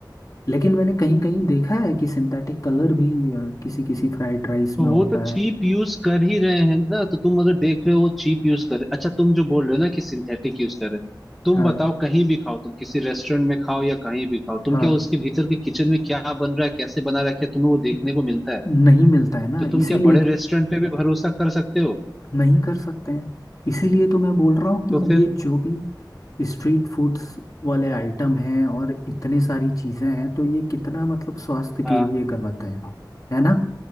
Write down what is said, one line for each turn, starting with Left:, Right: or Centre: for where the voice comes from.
Left: लेकिन मैंने कहीं कहीं देखा है कि सिंथेटिक कलर भी अ, किसी किसी फ्राइड राइस
Centre: तो
Left: में होता
Centre: वो तो चीप
Left: है
Centre: यूज कर ही रहे हैं ना तो तुम अगर देख रहे हो वो चीप यूज कर रहे अच्छा तुम जो बोल रहे हो ना कि सिंथेटिक यूज कर रहे हो तुम
Left: हाँ
Centre: बताओ कहीं भी खाओ तुम किसी रेस्टोरेंट में खाओ या कहीं भी खाओ तुम
Left: हाँ
Centre: क्या उसके भीतर के किचन में क्या बन रहा है कैसे बना रहा है क्या तुम्हें वो देखने को मिलता है
Left: नहीं मिलता है ना
Centre: तो तुम
Left: इसीलिए
Centre: क्या बड़े
Left: तो
Centre: रेस्टोरेंट पे भी भरोसा कर सकते हो
Left: नहीं कर सकते हैं इसीलिए तो मैं बोल रहा हूँ कि
Centre: तो फिर
Left: ये जो भी स्ट्रीट फूड्स वाले आइटम हैं और इतने सारी चीज़ें हैं तो ये कितना मतलब स्वास्थ्य
Centre: हाँ
Left: के लिए गलत है है ना